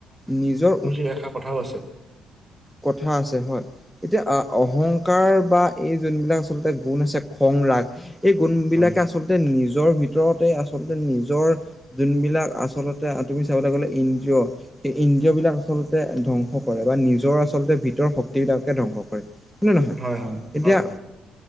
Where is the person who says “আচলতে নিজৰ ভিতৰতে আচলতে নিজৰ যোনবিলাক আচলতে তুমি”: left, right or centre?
Centre